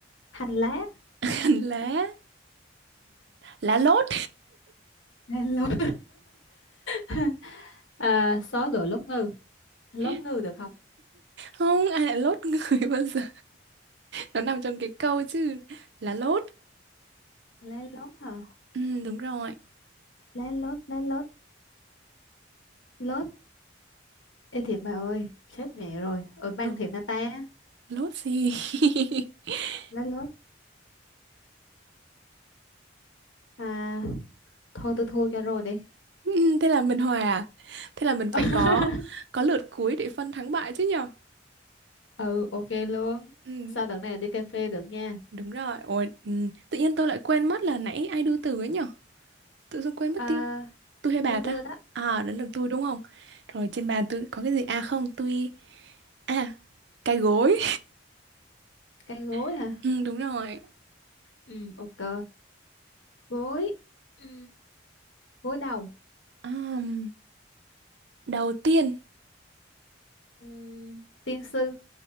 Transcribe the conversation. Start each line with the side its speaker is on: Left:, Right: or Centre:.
Left: hành lá,
Right: <laughs> hành lá lá lốt
Left: Lá lốt. <laughs> à, số đồ lốt ngư, lốt
Right: <laughs>
Left: ngư được không?
Right: không ai lại lốt người <laughs> bao giờ nó nằm trong cái câu chứ là lốt
Left: Lá lốt hả?
Right: ừ, đúng rồi
Left: Lá lốt, lá lốt, lốt. Ê thiệt bà ơi, chết mẹ rồi. Ở bang
Right: lốt
Left: thiệt na ta,
Right: lốt gì <laughs>
Left: lát lốt. À, thôi tôi thua cho rồi đi.
Right: Ừ, thế là mình hòa à? thế là mình phải
Left: <laughs>
Right: có có lượt cuối để phân thắng bại chứ nhở
Left: Ừ, ok luôn.
Right: ừ,
Left: Sao đợt này đi cà phê được nha.
Right: đúng rồi ôi ừ. tự nhiên tôi lại quên mất là nãy ai đưa từ ấy nhở tự dưng quên mất
Left: À,
Right: tiêu tôi hay bà
Left: tôi
Right: ta
Left: đưa đó.
Right: à đến lượt tôi đúng không rồi trên bàn tôi có cái gì à không tôi à cái gối
Left: Cái gối
Right: <laughs>
Left: hả?
Right: ừ, đúng rồi
Left: Ừ, ok. Gối. Ừ, gối đầu.
Right: Ờm, đầu tiên
Left: Ừ, tiên sư,